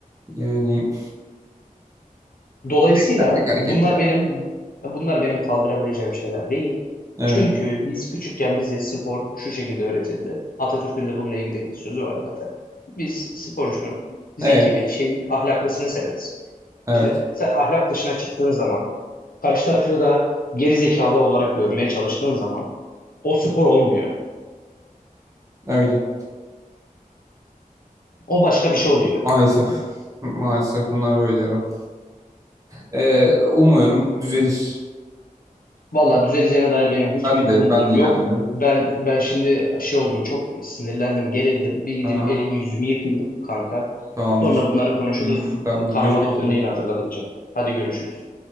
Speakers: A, on the right (about 20°); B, on the left (about 75°).
A: Yani
B: Dolayısıyla
A: Beklendik
B: bunlar
A: hareket ya.
B: benim bunlar benim kaldırabileceğim şeyler değil.
A: evet
B: Çünkü biz küçükken bize spor şu şekilde öğretildi. Atatürk'ün de bununla ilgili sözü var zaten. Biz sporcunun zeki
A: evet
B: ve çevik ahlaklısını severiz.
A: evet
B: Şimdi sen ahlak dışına çıktığın zaman, karşı tarafı da geri zekalı olarak görmeye çalıştığın zaman o spor olmuyor.
A: öyle
B: O başka bir şey oluyor.
A: maalesef maalesef bunlar böyle ya. Ee, umuyorum düzelir.
B: Valla düzeleceğine dair benim hiçbir
A: Ben de
B: umudum
A: ben de inanmıyorum.
B: yok. Ben ben şimdi şey oldum çok sinirlendim, gerildim. Bir gideyim
A: Aha
B: elimi yüzümü yıkayayım kanka.
A: tamamdır.
B: Sonra bunları konuşuruz.
A: Hı hı, tamamdır.
B: Kanıma
A: Görüşmek
B: dokundu
A: üzere.
B: yine hatırladıkça. Hadi görüşürüz.